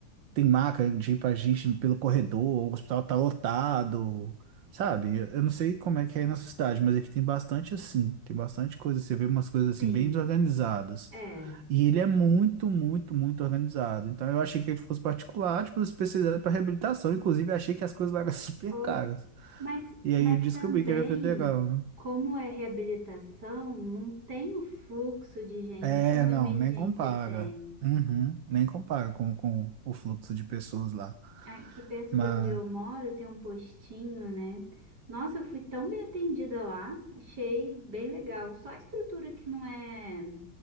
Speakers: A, on the right (about 80°); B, on the right (about 60°).
A: tem maca de ir pra gente pelo corredor, o hospital tá lotado, sabe? Eu não sei como é que é aí na sua cidade, mas aqui tem bastante assim, tem bastante coisa, você vê umas coisas
B: sim.
A: assim bem desorganizadas.
B: É.
A: E ele é muito, muito, muito organizado. Então eu achei que ele fosse particular, tipo, especializado para reabilitação. Inclusive, achei que as coisas lá eram <laughs> super
B: Ou,
A: caras.
B: mas,
A: E
B: mas
A: aí eu descobri
B: também,
A: que era federal, né?
B: como é reabilitação, não tem o fluxo de gente
A: É,
B: que uma
A: não,
B: emergência
A: nem compara.
B: tem.
A: Uhum, nem compara com, com o fluxo de pessoas lá.
B: Aqui perto
A: Mas
B: de onde eu moro tem um postinho, né? Nossa, eu fui tão bem atendida lá, achei bem legal. Só a estrutura que não é.